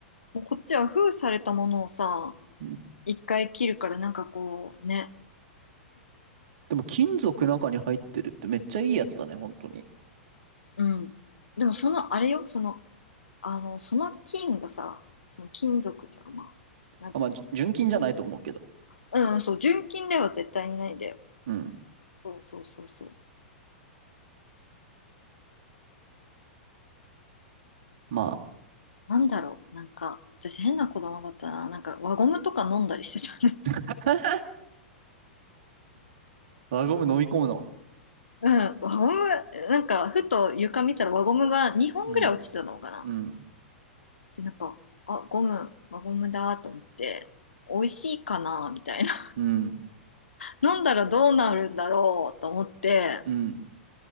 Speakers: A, on the left; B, on the right.
A: もうこっちは封されたものをさ、
B: うん
A: 一回切るからなんかこうね、
B: でも金属中に入ってるってめっちゃいいやつだね、本当に。
A: うん。でもそのあれよ、その、あの、その菌がさ、その金属っていうかまあ、なんていうのね
B: あ、まあ、じゅ純金じゃないと思うけど。
A: うん、そう、純金では絶対にないんだよ。
B: うん。
A: そうそうそうそう。
B: まあ、
A: なんだろう、なんか、私変な子供だったな。なんか輪ゴムとか飲んだりしてたね。<laughs>
B: <laughs> 輪ゴム飲み込むの。
A: うん、輪ゴム、なんかふと床見たら輪ゴムが2本ぐらい落ちてたのかな。
B: うん、うん、
A: で、なんか、あ、ゴム、輪ゴムだと思って、美味しいかなみたいな。
B: うん、
A: 飲んだらどうなるんだろうと思って、
B: うん、